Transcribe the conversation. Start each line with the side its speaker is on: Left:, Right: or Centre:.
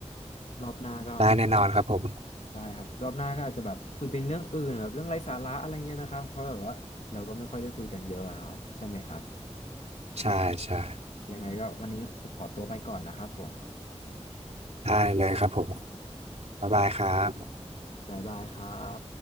Left: รอบหน้าก็
Right: ได้แน่นอนครับผม
Left: ได้ครับรอบหน้าก็อาจจะแบบคุยเป็นเรื่องอื่นแบบเรื่องไร้สาระอะไรเงี้ยนะครับเพราะแบบว่าเราก็ไม่ค่อยได้คุยกันเยอะนะครับใช่ไหมครับ
Right: ใช่ใช่
Left: ยังไงก็วันนี้ผมขอตัวไปก่อนนะครับผม
Right: ได้เลยครับผมบ๊ายบายครับ
Left: บ๊ายบายครับ